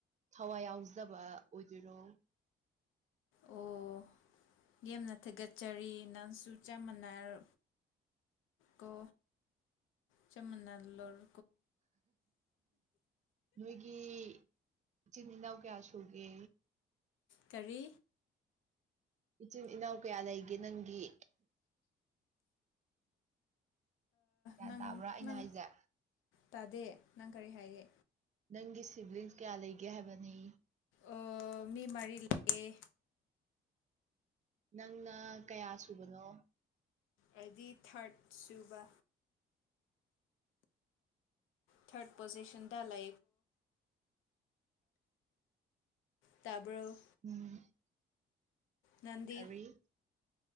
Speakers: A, on the right (about 35°); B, on the left (about 80°).
A: ꯊꯋꯥꯏ ꯌꯥꯎꯖꯕ ꯑꯣꯏꯗꯣꯏꯔꯣ
B: ꯑꯣ ꯌꯥꯝꯅ ꯊꯥꯒꯠꯆꯔꯤ ꯅꯪꯁꯨ ꯆꯞ ꯃꯥꯟꯅꯔ ꯀꯣ ꯆꯃꯟꯅꯜꯂꯨꯨꯔ
A: ꯅꯣꯏꯒꯤ ꯏꯆꯤꯟ ꯏꯅꯥꯎ ꯀꯌꯥ ꯁꯨꯒꯦ
B: ꯀꯔꯤ
A: ꯏꯆꯤꯟ ꯏꯅꯥꯎ ꯀꯌꯥ ꯂꯩꯒꯦ ꯅꯪꯒꯤ ꯒ꯭ꯌꯥꯟ
B: ꯅꯪ
A: ꯇꯥꯕ꯭ꯔꯥ ꯑꯩꯅ
B: ꯅꯪ
A: ꯍꯥꯏꯁꯦ
B: ꯇꯥꯗꯦ ꯅꯪ ꯀꯔꯤ ꯍꯥꯏꯌꯦ
A: ꯅꯪꯒꯤ ꯁꯤꯕ꯭ꯂꯤꯡꯁ ꯀꯌꯥ ꯂꯩꯒꯦ ꯍꯥꯏꯕꯅꯤ
B: ꯑꯣ ꯃꯤ ꯃꯔꯤ ꯂꯩꯑꯦ
A: ꯅꯪꯅ ꯀꯌꯥ ꯁꯨꯕꯅꯣ
B: ꯑꯩꯗꯤ ꯊꯔ꯭ꯠ ꯁꯨꯕ ꯊꯔꯠ ꯄꯣꯖꯤꯁꯟꯗ ꯂ ꯇꯥꯕ꯭ꯔꯣ
A: ꯎꯝ
B: ꯅꯪꯗꯤ
A: ꯀꯔꯤ